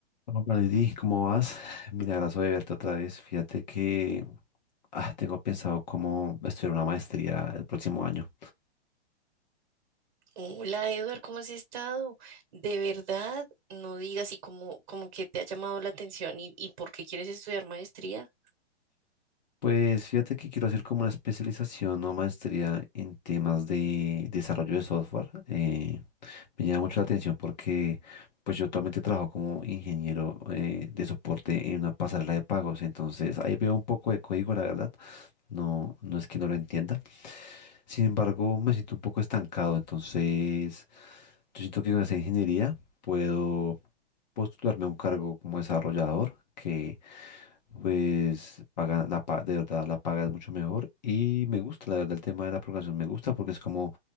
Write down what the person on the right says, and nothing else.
Hola Edward, ¿cómo has estado? De verdad, no digas y como, como que te ha llamado la atención y, y por qué quieres estudiar maestría.